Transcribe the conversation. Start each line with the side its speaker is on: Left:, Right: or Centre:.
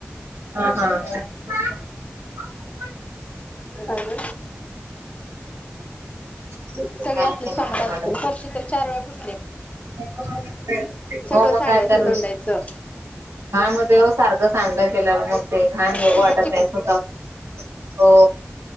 Right: हां
Left: अग
Right: काय
Left: सगळी आसलीच
Right: नाही
Left: काम
Right: बघा निवांत.
Left: लावत्यात तेला फर्शी तर चार वेळा पूस
Right: हो
Left: सगळं
Right: मग
Left: सांडायचं
Right: काय तर,
Left: लोंडायचं
Right: घाण होते हो सारखं सांडलं गेल्यावर, मग ते घाण बघू
Left: चिकट
Right: वाटत नाही अस हो.